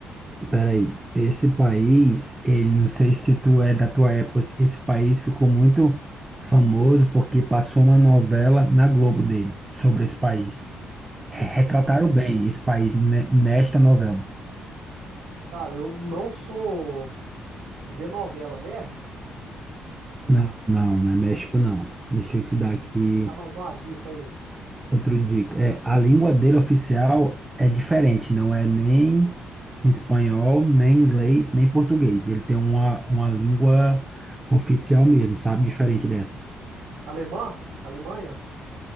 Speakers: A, on the right (about 15°); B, on the right (about 85°).
A: Peraí. Esse país, ele, não sei se tu é da tua época. Esse país ficou muito famoso porque passou uma novela na Globo dele sobre esse país.
B: Uhum.
A: Re- Retrataram bem esse país ne- nesta novela.
B: Cara, eu não sou de ver novela. México?
A: Não, não, não é México, não. Deixa eu te dar aqui
B: Tá mais uma dica aí.
A: outro dica. É, a língua dele oficial é diferente, não é nem espanhol, nem inglês, nem português. Ele tem uma, uma língua oficial mesmo, sabe? Diferente dessas.
B: Alemã? Alemanha?